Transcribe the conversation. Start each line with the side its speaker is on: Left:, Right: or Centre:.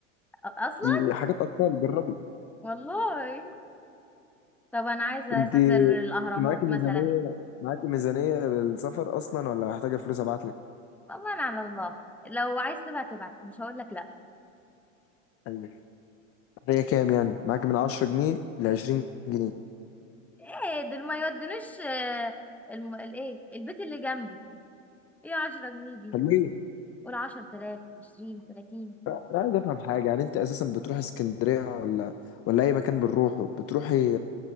Centre: أ- اصلا
Left: دي حاجات اكتر جربي
Centre: والله طب انا عايزه
Left: انت
Centre: اسافر الاهرامات
Left: انت معاكي ميزانيه
Centre: مثلا
Left: معاكي ميزانيه للسفر اصلا ولا محتاجه فلوس ابعت لك
Centre: والله انا على الله لو عايز تبعت تبعت مش هقول لك لا
Left: ايوه محتاجه كام يعني معاكي من 10 جنيه ل 20 جنيه
Centre: ايه دول ما يودنوش آه، الم... الايه البيت اللي جنبي ايه 10 جنيه دي
Left: حلوين
Centre: قول 10000 20 30
Left: انا عايز افهم حاجه يعني انت اساسا بتروح اسكندريه ولا ولا اي مكان بنروحه بتروحي